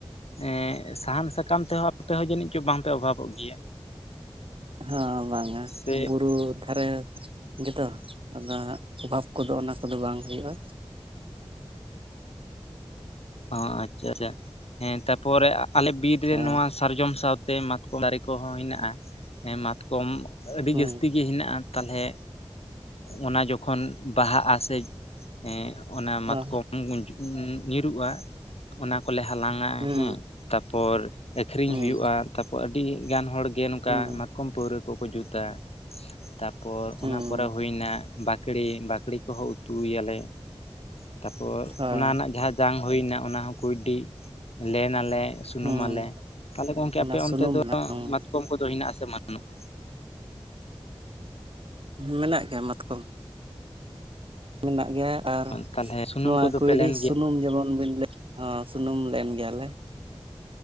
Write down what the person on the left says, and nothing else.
ᱮᱸ ᱥᱟᱦᱟᱱ ᱥᱟᱠᱟᱢ ᱛᱮᱦᱚᱸ ᱟᱯᱮ ᱦᱚᱸ ᱡᱟᱹᱱᱤᱡ ᱪᱚ ᱵᱟᱝᱯᱮ ᱚᱵᱷᱟᱵᱚᱜ ᱜᱮᱭᱟ
ᱥᱮ
ᱚ ᱟᱪᱪᱷᱟ <inaudible> ᱛᱟᱯᱚᱨ ᱟᱞᱮ ᱵᱤᱨ ᱨᱮ
ᱱᱚᱣᱟ ᱥᱟᱨᱡᱚᱢ ᱥᱟᱶᱛᱮ ᱢᱟᱛᱠᱚᱢ ᱫᱟᱨᱮ ᱠᱚᱦᱚᱸ ᱦᱮᱱᱟᱜᱼᱟ ᱢᱟᱛᱠᱚᱢ ᱟᱹᱰᱤ
ᱡᱟᱹᱥᱛᱤ ᱜᱮ ᱦᱮᱱᱟᱜᱼᱟ ᱛᱟᱞᱚᱞᱮ ᱚᱱᱟ ᱡᱚᱠᱷᱚᱱ ᱵᱟᱦᱟᱜᱼᱟ ᱥᱮ ᱮ ᱚᱱᱟ ᱢᱟᱛᱠᱚᱢ
<inaudible> ᱧᱩᱨᱩᱜᱼᱟ ᱚᱱᱟ ᱠᱚᱞᱮ ᱦᱟᱞᱟᱝᱼᱟ
ᱦᱮᱸ ᱛᱟᱯᱚᱨ ᱟᱠᱷᱨᱤᱧ
ᱦᱩᱭᱩᱜᱼᱟ ᱛᱟᱯᱚᱨ ᱟᱹᱰᱤ ᱜᱟᱱ ᱦᱚᱲ ᱜᱮ ᱱᱚᱝᱠᱟ
ᱢᱟᱛᱠᱚᱢ ᱯᱟᱹᱣᱨᱟᱹ ᱠᱚᱠᱚ ᱡᱩᱛᱟ ᱛᱟᱯᱚᱨ
ᱚᱱᱟ ᱯᱚᱨᱮ ᱦᱩᱭᱱᱟ ᱵᱟ ᱵᱟᱠᱲᱤ ᱵᱟᱠᱲᱤ ᱠᱚᱦᱚᱸ ᱩᱛᱩᱭᱟᱞᱮ ᱛᱟᱯᱚᱨ
ᱚᱱᱟ ᱨᱮᱱᱟᱜ ᱡᱟᱦᱟᱸ ᱡᱟᱝ ᱦᱩᱭ ᱱᱟ ᱚᱱᱟ ᱦᱚᱸᱠᱚᱰᱤ ᱞᱮᱱ ᱟᱞᱮ ᱥᱩᱱᱩᱢᱟᱞᱮ
ᱛᱟᱦᱚᱞᱮ ᱜᱚᱝᱠᱮ
ᱟᱯᱮ
ᱚᱱᱛᱮ ᱫᱚ
<inaudible> ᱢᱟᱛᱠᱚᱢ ᱠᱚᱫᱚ ᱦᱮᱱᱟᱜ ᱟᱥᱮ ᱵᱟᱹᱱᱩᱜᱼᱟ᱾
ᱛᱟᱦᱚᱞᱮ ᱥᱩᱱᱩᱢ
ᱠᱚᱫᱚ
ᱯᱮ ᱞᱮᱱ ᱜᱮᱭᱟ